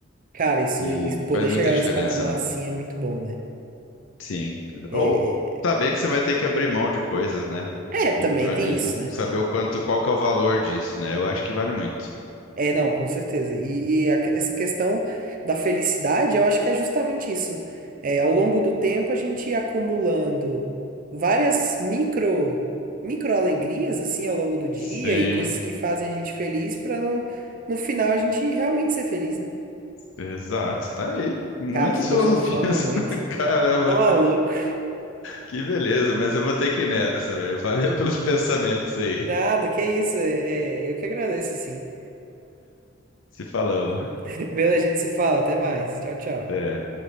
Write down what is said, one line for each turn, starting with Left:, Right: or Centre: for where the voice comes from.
Right: Cara, isso,
Left: E
Right: isso- poder
Left: faz muita
Right: chegar
Left: diferença,
Right: nesse patamar
Left: né?
Right: assim é muito bom, né?
Left: Sim.
Right: É,
Left: Ou saber que você vai ter que abrir mão de coisas, né?
Right: é, é, também
Left: Então,
Right: tem isso,
Left: o-
Right: né?
Left: saber o quanto, qual que é o valor disso, né? Eu acho que vale muito.
Right: É, não, com certeza. E, e a que- essa questão da felicidade, eu acho que é justamente isso. É, ao longo do tempo, a gente ia acumulando várias micro, micro alegrias, assim, ao longo do dia
Left: Sim,
Right: e coisas que fazem a gente feliz para no, no final a gente realmente ser feliz, né?
Left: exato. Tá aí. Muitas
Right: Cara, filosofamos
Left: filosofias.
Right: muito.
Left: <laughs> Caramba,
Right: Tá maluco?
Left: que beleza. Mas eu vou ter que ir nessa, velho. Valeu pelos pensamentos aí.
Right: Nada, que isso. é, é, eu que agradeço, assim.
Left: Se falamos.
Right: <laughs> Beleza, a gente se fala. Até mais. Tchau, tchau.
Left: Até.